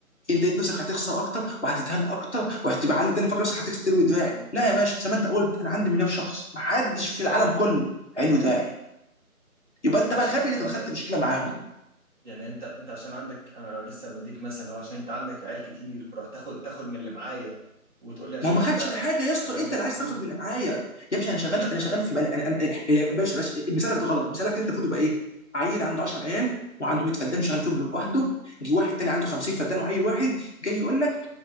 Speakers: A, on the left; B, on the right.
A: انت لقيت نفسك هتخسر اكتر وهتتهان اكتر وهتبقى عالي تاني فاكر نفسك هتستلوي دراعي لا يا باشا زي ما انت قلت انا عندي مليار شخص محدش في العالم كله هيلوي دراعي يبقى انت
B: ماشي
A: بقى غبي
B: يعني هو
A: اللي
B: عشان
A: دخلت مشكله معاهم
B: يعني انت انت عشان عندك انا لسه مديك مثل هو عشان انت عندك عيال كتير فرحت تاخد تاخد من اللي معايا وتقول لي عشان
A: ما هو ما
B: انت
A: خدش من حاجه يا اسطى
B: انا عندي
A: انت
B: ناس
A: اللي عايز
B: كتير
A: تاخد من معايا يا باشا انا شغال
B: لا
A: انا شغال في بالي انا انا يا باشا باشا مثالك ده غلط مثالك انت المفروض يبقى ايه عيل عنده 10 عيال وعنده 100 فدان شغال فيهم لوحده جه واحد تاني عنده 50 فدان وعيل واحد جاي يقول لك